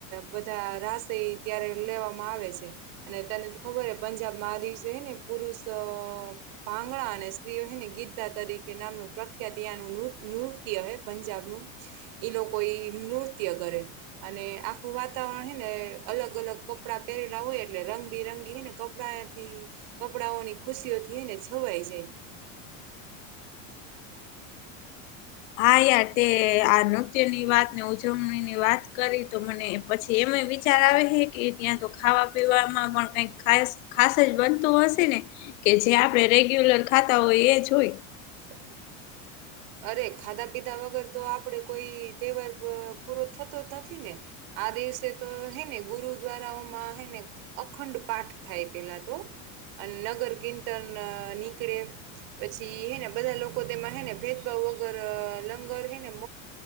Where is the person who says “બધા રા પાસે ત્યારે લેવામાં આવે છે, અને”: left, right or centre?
Right